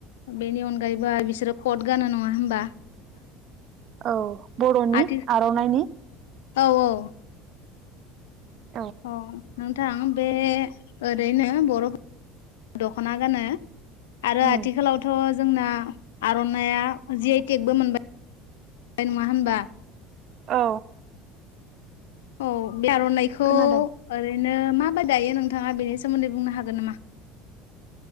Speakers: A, on the left; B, on the right.
A: बेनि अनगायैबो बिसोरो कट गानो नङा होमबा?
B: औ बर'नि
A: आथि
B: आर'नाइनि
A: औ औ।
B: आरो
A: अह नोंथां बे ओरैनो बर' दख'ना गानो आरो
B: उम
A: आथिखालावथ' जोंना आर'नाइआ जि आइ टेकबो मोनबाय नङा होनबा?
B: औ।
A: औ। बे' आरनाइखौ
B: खोनादों
A: ओरै बिदिनो माबायदि दायो नोंथाङा बेनि सोमोन्दै बुंनो हागोन नामा?